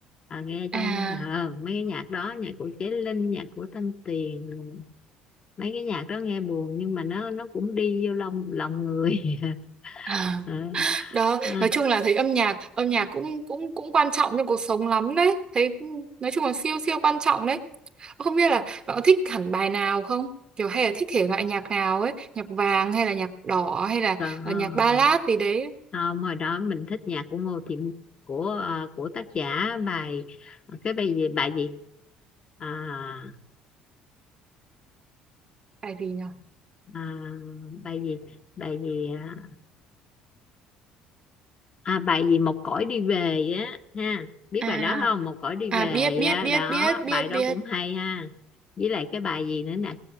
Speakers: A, on the left; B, on the right.
A: à, nghe trong
B: À,
A: ờ, mấy cái nhạc đó nhạc của Chí Linh nhạc của Thanh Tuyền mấy cái nhạc đó nghe buồn nhưng mà nó nó cũng đi vô lòng lòng người <laughs>
B: à,
A: Ờ,
B: đó
A: ờ,
B: nói chung là thấy âm nhạc âm nhạc cũng cũng cũng quan trọng trong cuộc sống lắm đấy thấy nói chung là siêu siêu quan trọng đấy không biết là bạn có thích hẳn bài nào không kiểu hay là thích thể loại nhạc nào ấy nhạc vàng hay là nhạc đỏ hay là
A: còn
B: ờ, nhạc ballad gì đấy
A: không hồi đó mình thích nhạc của Ngô Thiện của ờ, của tác giả bài cái bài gì bài gì à,
B: bài gì nhỉ
A: à, bài gì bài gì à, À, bài gì một cõi đi về á ha biết
B: à,
A: bài đó không một cõi đi về
B: à biết biết
A: á
B: biết
A: đó
B: biết biết
A: bài đó
B: biết
A: cũng hay ha với lại cái bài gì nữa nè